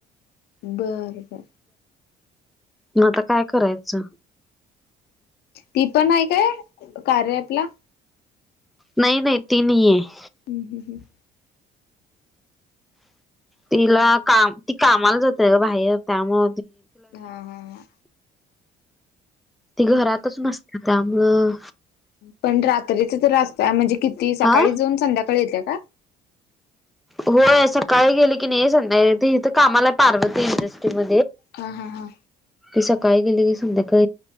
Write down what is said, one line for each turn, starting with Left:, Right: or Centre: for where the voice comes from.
Left: बर बर
Centre: न आता काय करायचं
Left: ती पण आहे काय कार्यापला
Centre: नाही नाही तीनही आहे
Left: हम्म हम् हम्
Centre: तिला काम ती कामाला जातय ग बाहेर त्यामु
Left: हा हा ह
Centre: त घरातच नसत त्यामुळं
Left: पण रात्रीच तर रास्ता म्हणजे किती सकाळी
Centre: हा
Left: जाऊन संध्याकाळी येते का
Centre: होय सकाळी गेली की नाही संध्या इथ कामाला पार्वतीस म
Left: हा हा हा.
Centre: क सकाळी गेले की संध्याका